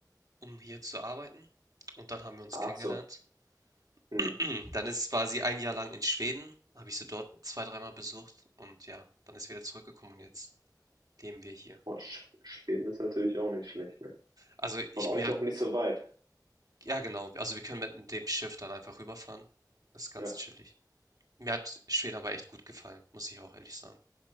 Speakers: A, on the right; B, on the right.
A: um hier zu arbeiten. Und dann haben wir uns
B: Ach
A: kennengelernt.
B: so. Hm.
A: <clears throat> Dann ist, war sie ein Jahr lang in Schweden, habe ich sie dort zwei, dreimal besucht und ja, dann ist sie wieder zurückgekommen und jetzt leben wir hier.
B: Boah, Sch- Schweden ist natürlich auch nicht schlecht, ne?
A: Also
B: Von
A: ich
B: euch
A: merke,
B: auch nicht so weit.
A: Ja, genau. Also wir können mit dem Schiff dann einfach rüberfahren. Das ist ganz
B: Ja.
A: chillig. Mir hat Schweden aber echt gut gefallen, muss ich auch ehrlich sagen.